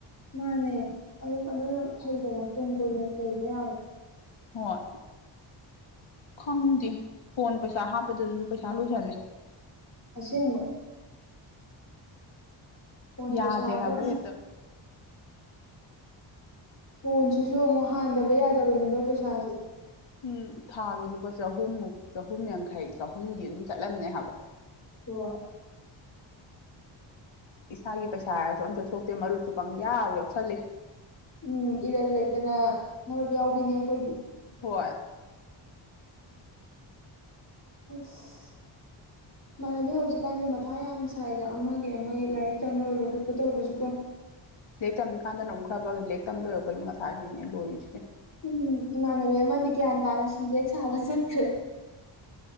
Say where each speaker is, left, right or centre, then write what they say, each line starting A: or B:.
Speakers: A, on the left; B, on the left.
A: ꯃꯥꯅꯦ ꯑꯗꯨ ꯑꯗꯨꯝ ꯐꯩꯗꯅ ꯇꯨꯡ ꯀꯣꯏꯅ ꯂꯩꯕ ꯌꯥꯕ
B: ꯍꯣꯏ ꯈꯪꯗꯦ ꯐꯣꯟ ꯄꯩꯁꯥ ꯍꯥꯞꯄꯗꯁꯨ ꯄꯩꯁꯥ ꯂꯣꯏꯁꯜꯂꯦ
A: ꯑꯁ‌ꯦꯡꯕ ꯐꯣꯟ
B: ꯌꯥꯗꯦ
A: ꯄꯩꯁꯥꯗ
B: ꯍꯥꯏꯕ ꯍ‌ꯦꯛꯇ
A: ꯐꯣꯟꯁꯤꯁꯨ ꯑꯃꯨꯛ ꯍꯥꯟꯗꯕ ꯌꯥꯗꯕꯅꯤꯗꯣ ꯄꯩꯁꯥꯥꯁꯦ
B: ꯎꯝ ꯊꯥꯒꯤ ꯂꯨꯄꯥ ꯆꯍꯨꯝꯃꯨꯛ ꯆꯍꯨꯝ ꯌꯥꯡꯈꯩ ꯆꯍꯨꯝꯗꯤ ꯑꯗꯨꯝ ꯆꯠꯂꯝꯅꯦ ꯍꯥꯏꯕ
A: ꯍꯣꯏ
B: ꯏꯁꯥꯒꯤ ꯄꯩꯁꯥ ꯍꯥꯏꯔꯁꯨ ꯑꯝꯇ ꯊꯣꯛꯇꯦ ꯃꯔꯨꯞꯁꯨ ꯄꯪ ꯌꯥꯎ ꯌꯥꯎꯁꯜꯂꯤ
A: ꯎꯝ ꯏꯔꯟ ꯂꯩꯇꯅ ꯃꯔꯨꯞ ꯌꯥꯎꯕꯤꯅꯦ
B: ꯎꯝ
A: ꯑꯩꯈꯣꯏꯗꯤ
B: ꯍꯣꯏ
A: ꯍꯩꯁ
B: <unintelligible> <inaudible>
A: ꯏꯃꯥꯟꯅꯕꯤ ꯍꯧꯖꯤꯛꯀꯥꯟꯁꯦ ꯃꯊꯥ ꯌꯥꯝ ꯁ꯭ꯥꯏꯗ ꯑꯃꯒꯤ ꯑꯃꯒꯤ ꯂꯥꯏꯔꯤꯛ ꯇꯝ ꯂꯣꯏꯕ ꯈꯣꯠꯄ ꯇꯧꯕꯁꯨꯀꯣ
B: ꯂꯦꯛ ꯇꯝꯃꯤꯀꯥꯟꯗꯅ ꯑꯃꯨꯛ ꯈꯔꯐꯒꯤ ꯂꯦꯛ ꯇꯝ ꯂꯣꯏꯔꯛꯄꯒꯤ ꯃꯊꯥꯁꯤꯅꯦ ꯂꯣꯏꯔꯤꯁꯦ
A: ꯎꯝ ꯏꯃꯥꯟꯅꯕꯤ ꯑꯃꯗꯤ ꯒ꯭ꯌꯥꯟ ꯇꯥꯅ ꯁꯤꯟꯇꯦꯛꯁ ꯁꯥꯕ ꯆꯠꯈ꯭ꯔꯦ